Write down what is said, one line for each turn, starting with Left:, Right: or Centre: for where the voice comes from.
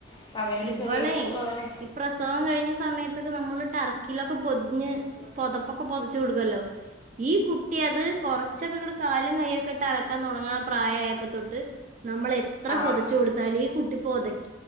Left: <inaudible>
Right: ഇവളെ
Left: ചെറിയൊരു ഏഹ്,
Right: ഈ പ്രസവം കഴിഞ്ഞ സമയത്തൊക്കെ നമ്മള് ടർക്കിയിലൊക്കെ പൊതിഞ് പൊതപ്പൊക്കെ പൊതച്ചു കൊടുക്കോല്ലോ ഈ കുട്ടി അത് കുറച്ചൊക്കെ ഇങ്ങ്ട് കാലും കയൊക്കെ ഇട്ട് അനക്കാൻ തൊടങ്ങ്ണ പ്രായമായപ്പോതൊട്ട് നമ്മളെ എത്ര
Left: ആ
Right: പൊതച്ചു
Left: ആ
Right: കൊടുത്താലും ഈ കുട്ടി പൊത